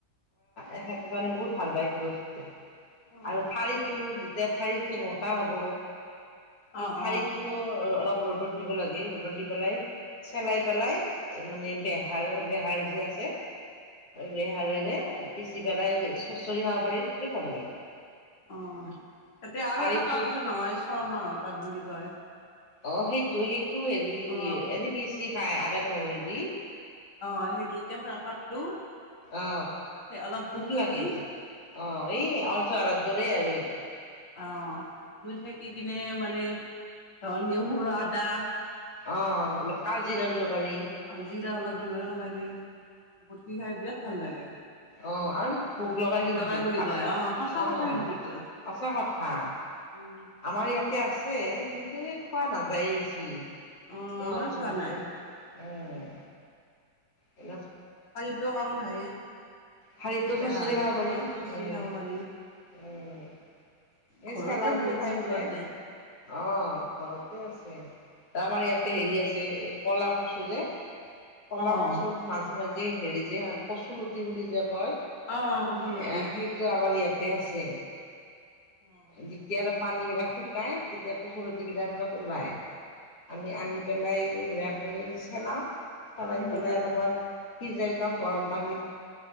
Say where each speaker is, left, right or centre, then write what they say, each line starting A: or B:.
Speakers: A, on the left (about 55°); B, on the left (about 80°).
A: এজনে বহুত ভাল পায় সিটো বস্তু
B: অ
A: আৰু ঠাৰিটো। তেতিয়া ঠাৰিটো মতা হ'ব সেই
B: অ
A: ঠাৰিটো
B: অ
A: অলপ। ৰ'দত দিব লাগে ৰ'দত দি পেলাই চেলাই পেলাই মানে বেহাৰ বেহাৰ যে আছে। বেহাৰেৰে পিচি পেলাই চুচৰি খাব পাৰি বিৰাট ভাল লাগে।
B: অ তাতে আৰু
A: ঠাৰিটো
B: এটা পাত আছে নহয় ছমাহৰ পাত বুলি কয়।
A: অ সেইটো সেইটো হেৰি
B: অ
A: এনে পিছি খাই আদা নহৰু দি।
B: অ সেইটো কেঁচা পাতটো।
A: অ
B: সেই অলপ জুই
A: খুব
B: সেকি
A: লাগে অ এই অলচাৰ দৰে আৰু এইটো।
B: আহ দুই থাকি কিনে মানে অ নহৰু আদা।
A: অ অলপ কাজি ক দিব। পাৰি।
B: কালজিৰা অলপ দিব লাগে বটি খাই বিৰাট ভাল লাগে।
A: অ আৰু কি
B: এইটো
A: ভোক লগাই কিন্তু
B: বুলি
A: হাত
B: কয়
A: তাত
B: অ সঁচা
A: অ।
B: কথা কিন্তু এইটো
A: সঁচা কথা
B: উম
A: আমাৰ ইয়াতে আছে কিন্তু খোৱা নাযায়েই বেছি।
B: অ
A: কি
B: আমাৰো
A: আলচলিটো
B: খোৱা নাই
A: উম। এই।
B: ঠাৰীটো কামত আহে।
A: ঠাৰীতো
B: বেহাৰ
A: চৰ চৰি খাব পাৰি
B: অ
A: উম
B: চচৰি খাব পাৰি
A: উম। এই
B: ঘৰতে
A: চেলায়তে
B: বহুত
A: টাইম
B: বস্তু
A: যায়
B: আছে
A: অ ঘৰত। আছে আমাৰ ইয়াতে হেৰি আছে এই কলা কচু যে। কলা
B: অ',
A: কচুৰ মাজে মাজে হেৰি যে কচলুটি বুলি যে কয়। এ
B: অ', কঁঠালগুটি
A: সেইটো আমাৰ ইয়াতে আছে।
B: উম,
A: যেতিয়া পানী বিলাক শুকাই তেতিয়া কচুলতি বিলাক ওলাই। আমি আনি পেলাই কৰি চেলাওঁ চেলাই
B: উম।
A: পেলাই অলপ। সিজাই লওঁ গৰম পানীত।